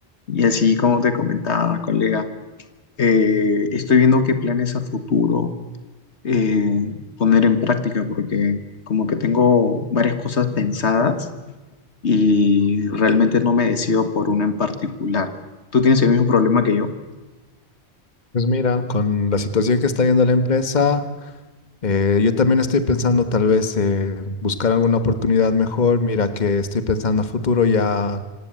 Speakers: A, on the left; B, on the left.
A: Y así como te comentaba, colega, eh, estoy viendo qué planes a futuro eh, poner en práctica, porque como que tengo varias cosas pensadas y realmente no me decido por una en particular. ¿Tú tienes el mismo problema que yo?
B: Pues mira, con la situación que está viendo la empresa, eh, yo también estoy pensando tal vez eh, buscar alguna oportunidad mejor. Mira que estoy pensando a futuro ya